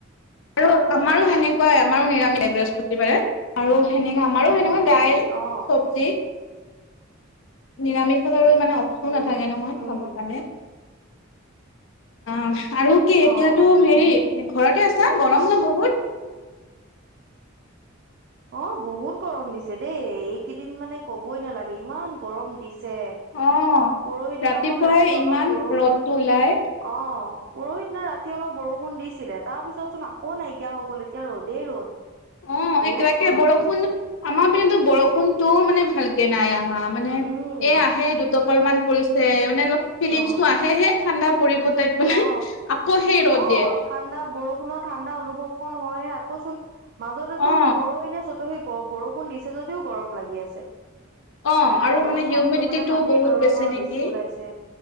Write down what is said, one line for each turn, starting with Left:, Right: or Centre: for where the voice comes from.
Left: আৰু আমাৰো সেনেকুৱাই আমাৰো নিৰামিষায় বৃহস্পতিবাৰে আৰু সেনেকুৱা আমাৰো সেনেকুৱা দাইল
Right: অ
Left: চব্জি নিৰামিষত আৰু ইমানে অপচন
Right: উম
Left: নাথাকে নহয়
Right: উম
Left: খাব কাৰণে অ আৰু কি এতিয়াতো
Right: অ
Left: হেৰি ঘৰতে আছা
Right: সেয়া
Left: গৰম ন বহুত
Right: অ বহুত গৰম দিছে দেই এইকেইদিন মানে কবই নালাগে ইমান গৰম দিছে ছে
Left: অ
Right: পৰহি দিনাখন
Left: ৰাতিপুৱাই
Right: ৰাতি অলপ
Left: ইমান
Right: বৰষুণ
Left: ৰ'দটো ওলাই
Right: অ' পৰহি দিনা ৰাতি এ অলপ বৰষুণ দিছিলে তাৰ পিছত চোন আকৌ নাইকিয়া হৈ গ'ল এতিয়া ৰ'দেই ৰ'দ
Left: অ
Right: বিৰাট।
Left: এই তাকে
Right: গৰম
Left: বৰষুণ
Right: পৰিছে
Left: আমাৰ পিনে বৰষুণটোও মানে ভালকে নাই আহা মানে
Right: উম
Left: এ আহে দু পালমান পৰিছে মানে ফিলিংছটো
Right: অ
Left: আহেহে ঠাণ্ডা পৰিব টাইপ
Right: অ
Left: আকৌ সেই ৰ'দ
Right: অ
Left: দিয়ে।
Right: ঠাণ্ডা বৰষুণৰ ঠাণ্ডা অনুভৱ কন হয়। আকৌচোন মাজতেতো
Left: অ
Right: পৰহি নে চতহি বৰষুণ দিছে যদিও গৰম লাগি আছে।
Left: অ, আৰু
Right: গৰম
Left: মানে হিউমিডিটিটো
Right: ভাৱটো মানে মাটিৰ
Left: বহুত
Right: তলৰ
Left: বেছি
Right: পৰা
Left: নেকি।
Right: ওলাইছে